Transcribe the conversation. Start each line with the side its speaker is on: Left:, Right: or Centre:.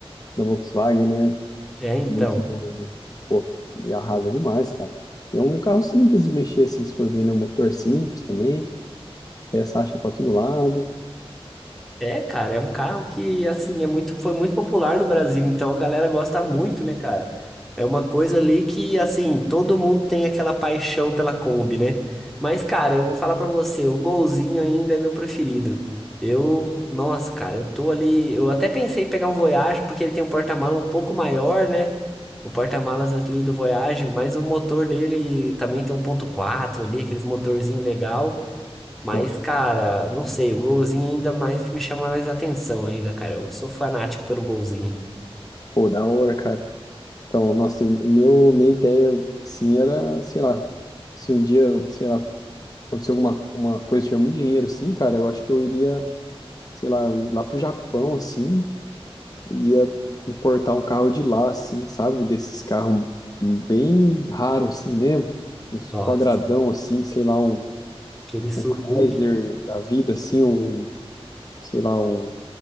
Left: da Volkswagen, né?
Centre: É, então.
Left: Meio que do, do- pô, me arrasa demais, cara. E é um carro simples de mexer assim, se for ver, né? Um motor simples também, peça acha pra todo lado.
Centre: É, cara, é um carro que assim é muito, foi muito popular no Brasil, então a galera gosta muito, né, cara? É uma coisa ali que assim todo mundo tem aquela paixão pela Kombi, né? Mas, cara, eu vou falar pra você, o Golzinho ainda é meu preferido. Eu, nossa, cara, eu tô ali, eu até pensei em pegar um Voyage porque ele tem um porta-mala um pouco maior, né? O porta-malas ali do Voyage, mas o motor dele também tem um 1.4 ali, aqueles motorzinho legal. Mas,
Left: Pô,
Centre: cara, não sei, o golzinho ainda mais me chama mais atenção ainda, cara. Eu sou fanático pelo golzinho.
Left: pô, da hora, cara. Então, nossa, o meu, minha ideia, assim, era, sei lá, se um dia, sei lá, acontecer alguma uma coisa, tiver muito dinheiro, assim, cara, eu acho que eu iria, sei lá, ir lá pro Japão, assim, e ia importar um carro de lá, assim, sabe? Desses carros bem raros, assim mesmo, uns
Centre: Nossa,
Left: quadradão, assim, sei lá, um,
Centre: aquele Suzuki.
Left: um Chrysler da vida, assim, um, sei lá, um